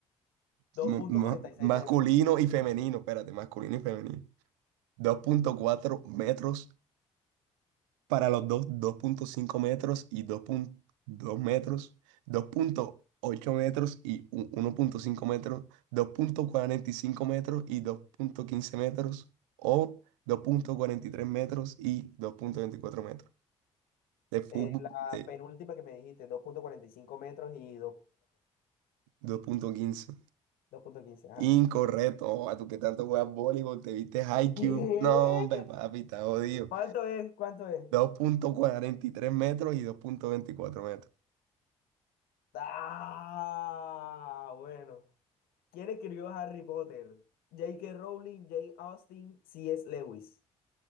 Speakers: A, on the left; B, on the right.
A: dos
B: Ma-
A: punto
B: ma-
A: cuarenta y seis
B: masculino
A: metros.
B: y femenino, espérate, masculino y femenino. dos punto cuatro metros para los dos, dos punto cinco metros y dos punto dos metros, dos punto ocho metros y u- uno punto cinco metros, dos punto cuarenta y cinco metros y dos punto quince metros o dos punto cuarenta y tres metros y dos punto veinticuatro metros. De fútbol,
A: Eh, la
B: de
A: penúltima que me dijiste, dos punto cuarenta y cinco metros y
B: dos punto quince
A: 2.14. 2.15, ajá.
B: Incorrecto, Oh, a tú que tanto juegas voleibol, te viste high
A: ¿Qué?
B: No, hombre, papi, está jodido.
A: ¿Cuánto es? ¿Cuánto es?
B: dos punto cuarenta y tres metros y dos punto veinticuatro metros.
A: Ah, bueno. ¿Quién escribió Harry Potter? J K Rowling, J. Austin, C.S. Lewis.